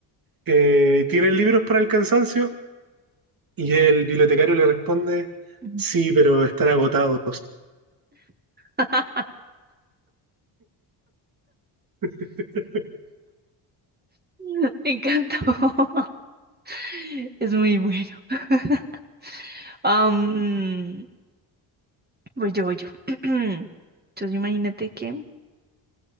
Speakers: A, on the right (about 45°); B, on the right (about 20°).
A: eh, ¿tienen libros para el cansancio? Y el bibliotecario le responde,
B: Ujú.
A: sí, pero están agotados.
B: <laughs>
A: <laughs>
B: Me encantó. <laughs> <laughs> Es muy bueno. <laughs> Am, voy yo, voy yo. <clears throat> Entonces imagínate que